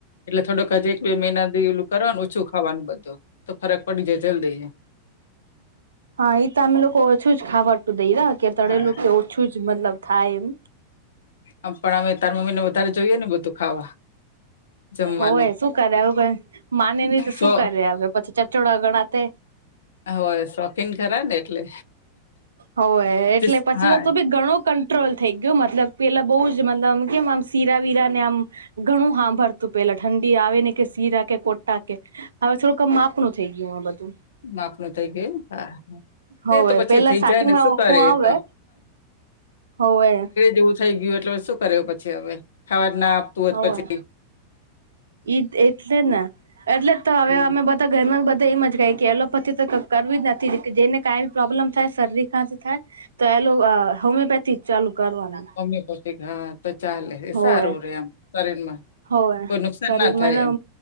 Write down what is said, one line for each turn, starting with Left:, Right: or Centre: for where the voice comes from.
Left: એટલે થોડુંક હ જ એક બે મહિનાથી એલું કરવાનું ઓછું ખવાનું બધું તો ફરક પડી જાય જલ્દી.
Right: હા એ તો અમે લોકો ઓછું જ ખાવાતું દઈ ર કે તણેેલું
Left: હા
Right: કે ઓછું જ મતલબ થાય એમ.
Left: હામ પણ અમે તાર મમ્મીને વધારે જોઈએ ને બધું ખાવા. જમવાનું
Right: હોય શું કરે એું ક માને નહી તો
Left: સો
Right: શું કરે હ પછી ચચોડા ગણા તે.
Left: હોય શોખીન ખરા ને એટલે.
Right: હો એ એટલે
Left: જસ-
Right: પછી
Left: હા
Right: તો ભી ઘણો ક ટ્રોલ થઈ ગયું મતલબ પેલા બહુ જ મતલ કેમ આમ સીરા વિરા ને આમ. ઘણું હા ભરતું પેલા. ઠંડી આવે ને કે સીરા કે કોટા કે હવે થોડુંક માપનું થઈ ગયું આ બધું.
Left: માપ ન થ કે હા તે
Right: હોવે
Left: તો બચી
Right: પેલા
Left: થઈ
Right: સ્ટાર્ટિંગમાં
Left: જાય ને શું
Right: ઓખું
Left: કરે
Right: આવે
Left: તો
Right: હોવે
Left: જેવું થઈ ગયું એટલે શું કરે પછી હવે ખાવા જ ના આપતું હો જ
Right: હોવે
Left: પછી.
Right: ઈ એટલે
Left: હમ
Right: ને એટલે તો હવે
Left: હમ.
Right: અમે બધા તો ઘરમાં બધા એમ જ કાય કે એલોપેથી તો કરવી જ નથી જેને કાંઈ બી પ્રોબ્લેમ થાય શરદી ખાંથી થાય તો એલો હોમિયોપેથી ચાલુ કરવાના.
Left: હોમિયોપેથિક હા તો ચાલે
Right: હોવે
Left: સારું રે આમ શરીરમાં.
Right: હોવે
Left: કોઈ નુકસાન
Right: શરીરમાં
Left: ના થાય એમ